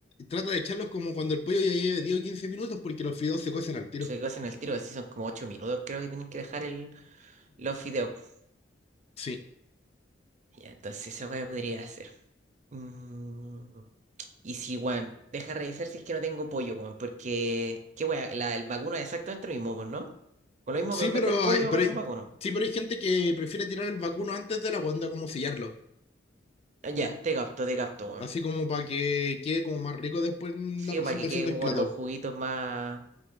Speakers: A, on the left; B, on the right.
A: trata de echarlos como cuando el pollo ya lleve 10 o 15 minutos porque los fideos se cuecen al tiro.
B: Se cocen al tiro, así son como ocho minutos, creo que tienen que dejar el, los fideos. pues.
A: Sí.
B: Ya, entonces esa weá podría hacer. Mm, y sí, weón, deja revisar si es que no tengo pollo, weón, porque, qué weón, la, el vacuno es exactamente lo mismo, pues, ¿no? Con lo mismo,
A: Sí,
B: pero en
A: pero,
B: vez del pollo,
A: hay- pero,
B: con el
A: hay-
B: vacuno.
A: sí, pero hay gente que prefiere tirar el vacuno antes de la onda como sellarlo.
B: Ah, Ya, te capto, te capto, weón.
A: Así como para que quede como más rico después en
B: Sí,
A: la presentación
B: para que quede como
A: del plato.
B: con los juguitos más,